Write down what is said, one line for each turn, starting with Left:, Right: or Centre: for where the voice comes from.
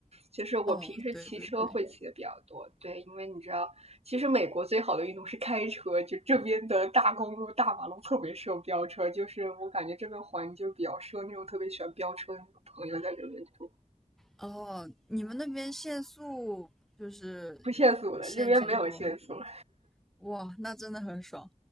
Right: 就是我平时骑车会骑的比较多，
Centre: 哦，对对对。
Right: 对，因为你知道，其实美国最好的运动是开车，就这边的大公路、大马路特别适合飙车，就是我感觉这边环就比较适合那种特别喜欢飙车的那种朋友在这边住，
Centre: 哦，你们那边限速就是
Right: 不限速的，
Centre: 限制多吗？
Right: 这边没有限速，
Centre: 哇，那真的很爽。